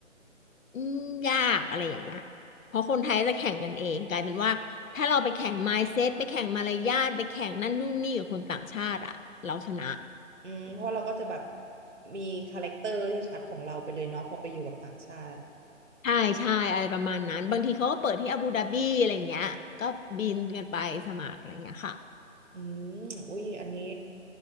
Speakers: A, on the left; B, on the right.
A: อืมยากอะไรอย่างเงี้ยเพราะคนไทยจะแข่งกันเองกลายเป็นว่าถ้าเราไปแข่ง mindset ไปแข่งมารยาทไปแข่งนั่นนู่นนี่กับคนต่างชาติอะเราชนะ
B: อืมเพราะเราก็จะแบบมีคาแรคเตอร์ที่ชัดของเราไปเลยเนาะพอไปอยู่กับต่างชาติ
A: ใช่ใช่อะไรประมาณนั้นบางทีเขาก็เปิดที่อาบูดาบีอะไรอย่างเงี้ยก็บินกันไปสมัครอะไรอย่างเงี้ยค่ะ
B: อืมอุ้ยอันนี้